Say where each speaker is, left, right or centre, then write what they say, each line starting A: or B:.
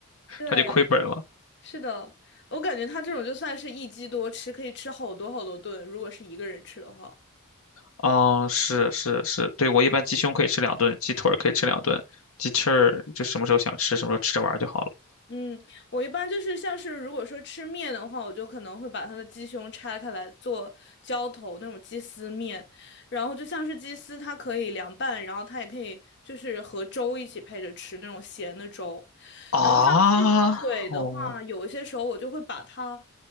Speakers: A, on the left (about 55°); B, on the left (about 80°).
A: 对。
B: 它就亏本了。
A: 是的，我感觉他这种就算是一鸡多吃，可以吃好多好多顿，如果是一个人吃的话。
B: 哦，是是是，对，我一般鸡胸可以吃两顿，鸡腿儿可以吃两顿，鸡翅儿就什么时候想吃什么时候吃着玩儿就好了。
A: 嗯，我一般就是像是如果说吃面的话，我就可能会把它的鸡胸拆开来做浇头那种鸡丝面，然后就像是鸡丝，它可以凉拌，然后它也可以就是和粥一起配着吃那种咸的粥，
B: 啊，
A: 然后像鸡腿的话，
B: 哦，
A: 有一些时候我就会把它